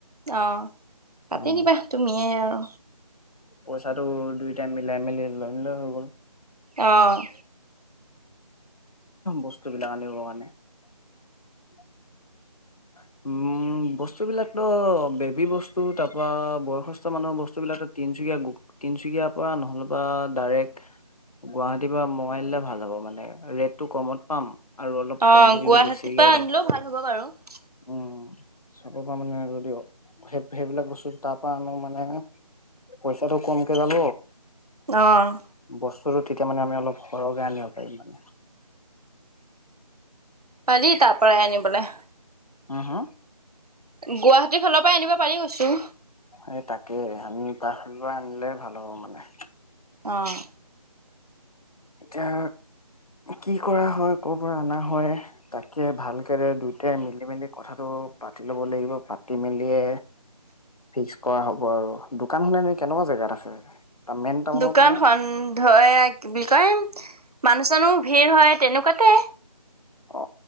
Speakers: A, on the right (about 75°); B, on the left (about 70°).
A: অ', পাতি
B: অ
A: দিবা, তুমিয়ে আৰু।
B: পইচাটো দুইটাই মিলাই মিলি লৈ আনিলে হৈ গ'ল।
A: অ'।
B: বস্তুবিলাক আনিব কাৰণে। <inaudible> উম্, বস্তুবিলাকতো বেবী বস্তু তাৰপৰা, বয়সস্থ মানুহৰ বস্তুবিলাক তিনচুকীয়া গো, তিনচুকীয়াৰ পৰা নহ'লে বা ডাইৰেক্ট গুৱাহাটীৰ পৰা মগাই আনিলে ভাল হ'ব মানে, ৰেটটো কমত পাম। আৰু অলপ
A: অ
B: কোৱেণ্টিটিটো
A: গুৱাহাটীৰ
B: বেছিকে
A: পৰা
B: অৰ্ডাৰ
A: আনিলেও ভাল হ'ব বাৰু।
B: উম্, চবৰ পৰা মানে যদিও, সেই সেইবিলাক বস্তু তাৰপৰা আনো মানে পইচাটো কমকে যাব।
A: অ'।
B: বস্তুটো তেতিয়া মানে আমি অলপ সৰহকে আনিব পাৰিম মানে।
A: পাৰি তাৰ পৰাই আনিবলৈ।
B: হা হা?
A: গুৱাহাটীৰ ফালৰ পৰাই আনিব পাৰি কৈছোঁ।
B: এই তাকে, আমি গুৱাহাটীৰ পৰা আনিলে ভাল হ'ব মানে।
A: অ'।
B: এতিয়া কি কৰা হয়, কৰ পৰা অনা হয়। তাকে ভালকে যে দুইটাই মিলি-মেলি কথাটো পাতি ল'ব লাগিব, পাতি মেলিয়ে ফিক্স কৰা হ'ব আৰু দোকান খন এনে কেনেকুৱা জোগাত আছে? মেইন টাউনত
A: দোকান
B: নে
A: খন ধৰ এয়া কি বুলি কয় মানুহ-চানুহ ভিৰ হয়, তেনেকুৱাতে
B: অ।